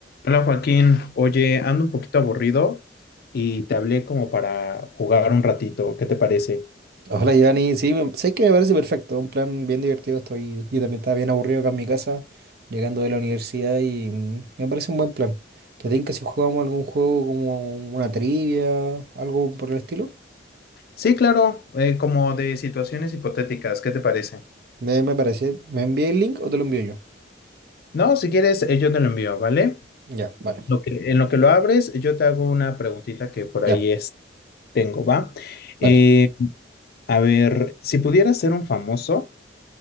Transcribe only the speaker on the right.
Hola, Giovanni. Sí, me- sé que me parece perfecto. Un plan bien divertido. Estoy, yo también estaba bien aburrido acá en mi casa, llegando de la universidad y mm, me parece un buen plan. ¿Te tinca si jugamos algún juego como una trivia, algo por el estilo?
Me, me parece. ¿Me envía el link o te lo envío yo?
Ya, vale.
Ya,
vale.